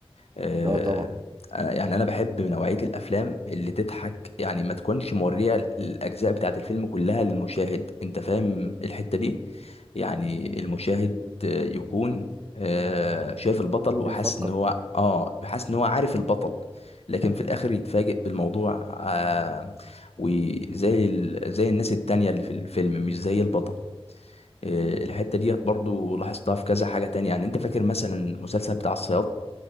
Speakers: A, on the left; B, on the right.
A: آه،
B: اه طبعا
A: أنا- يعني انا بحب نوعيه الافلام اللي تضحك يعني ما تكونش موريه الاجزاء بتاعه الفيلم كلها للمشاهد انت فاهم الحته دي يعني المشاهد آه، يكون آه، شايف البطل وحاسس
B: بيفكر
A: ان هو اه حاسس ان هو عارف البطل لكن في الاخر يتفاجئ بالموضوع آه وزي ال... زي الناس التانية اللي في الفيلم مش زي البطل آه الحتة ديت برضو لاحظتها في كذا حاجة تانية يعني انت فاكر مثلا المسلسل بتاع الصياد